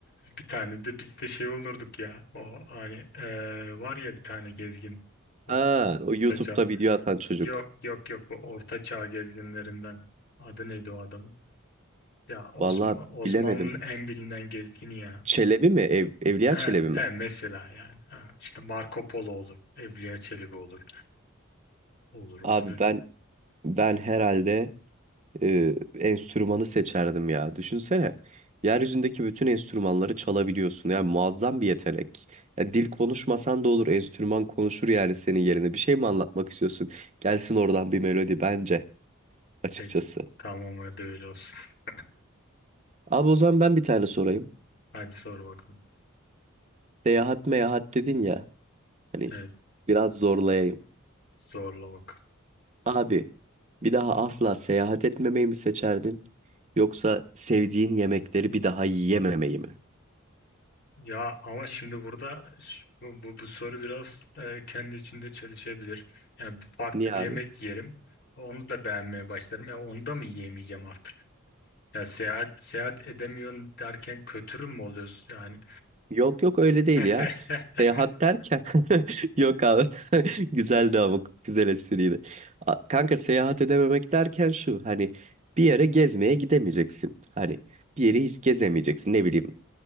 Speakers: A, on the left; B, on the right.
A: Bir tane de biz de şey olurduk ya o hani e, var ya bir tane gezgin bu
B: Ha, o
A: ortaçağ
B: YouTube'da video atan çocuk.
A: Yok yok yok bu Orta Çağ gezginlerinden. Adı neydi o adamın? Ya Osman,
B: Vallahi
A: Osmanlı'nın
B: bilemedim.
A: en bilinen gezgini ya.
B: Çelebi mi? Ev, Evliya
A: He,
B: Çelebi mi?
A: he mesela yani. Ha, işte Marco Polo olur. Evliya Çelebi olur. Olur olur
B: Abi
A: ya.
B: ben ben herhalde e, enstrümanı seçerdim ya. Düşünsene. Yeryüzündeki bütün enstrümanları çalabiliyorsun. Yani muazzam bir yetenek. Ya dil konuşmasan da olur. Enstrüman konuşur yani senin yerine. Bir şey mi anlatmak istiyorsun? Gelsin oradan bir melodi bence açıkçası.
A: Peki. Tamam hadi öyle olsun. <laughs>
B: Abi o zaman ben bir tane sorayım.
A: Hadi sor bakalım.
B: Seyahat meyahat dedin ya. Hani
A: Evet
B: biraz zorlayayım.
A: zorla bakalım.
B: Abi bir daha asla seyahat etmemeyi mi seçerdin? Yoksa sevdiğin yemekleri bir daha yiyememeyi mi?
A: Ya ama şimdi burada ş- bu, bu, bu soru biraz e, kendi içinde çelişebilir. Yani bu farklı
B: Niye
A: bir
B: abi?
A: yemek yerim. Onu da beğenmeye başlarım. Ya onu da mı yiyemeyeceğim artık? Ya seyahat seyahat edemiyorsun derken kötürüm mü oluyoruz yani?
B: Yok yok öyle değil
A: <laughs>
B: ya. Seyahat derken <laughs> yok abi. <laughs> Güzeldi ama güzel espriydi. A- Kanka seyahat edememek derken şu hani bir yere gezmeye gidemeyeceksin. Hani bir yeri hiç gezemeyeceksin ne bileyim.